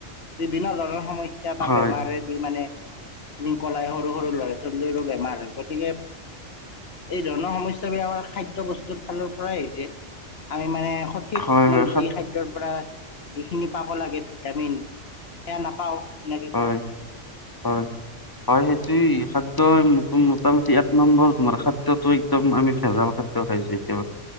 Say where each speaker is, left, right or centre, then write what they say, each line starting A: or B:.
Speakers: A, on the left; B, on the left.
A: বিভিন্ন ধৰণৰ সমস্যা বা
B: হয়
A: বেমাৰে দি মানে তুমি কলাই সৰু- সৰু ল'ৰা ছোৱালীৰো বেমাৰ হয় গতিকে এই ধৰণৰ সমস্যা বিলাকৰ খাদ্য বস্ ফালৰ পৰাই হৈছে আমি মানে সঠিক
B: হয়
A: মানে
B: হয় সাত
A: যি খাদ্ দ্যৰ পৰা যিখিনি পাব লাগে ভিটামিন সেয়া নাপাওঁ নে কি
B: হয়-হয়।
A: কোৱা?
B: হয় সেইটোে খাদ্য মোটামুটি এক নম্বৰ তোমাৰ খাদ্যটোয়ে একদম আমি ভেজাল খাদ্য খাইছো এতিয়া